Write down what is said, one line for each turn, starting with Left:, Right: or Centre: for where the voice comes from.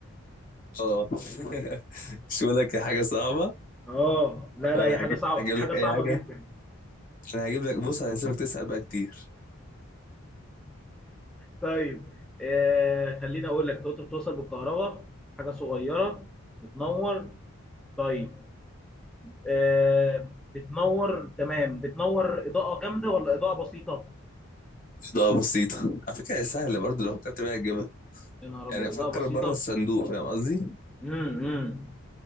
Left: اه <laughs> مش بقول لك حاجة صعبة
Centre: اه لا
Left: وانا
Centre: لا هي حاجه
Left: هجيب
Centre: صعبه
Left: هجيب
Centre: حاجه
Left: لك
Centre: صعبه
Left: اي حاجة
Centre: جدا
Left: انا هجيب لك بص هسيبك تسأل بقى كتير
Centre: طيب آه خليني اقول لك انت قلت بتوصل بالكهرباء حاجه صغيره بتنور طيب آه، بتنور تمام بتنور اضاءه جامده ولا اضاءه بسيطه
Left: ده بسيطة على فكرة هي سهلة برضه لو فكرت بيها
Centre: يا نهار ابيض
Left: يعني
Centre: اضاءه
Left: فكر
Centre: بسيطه
Left: بره الصندوق فاهم قصدي
Centre: امم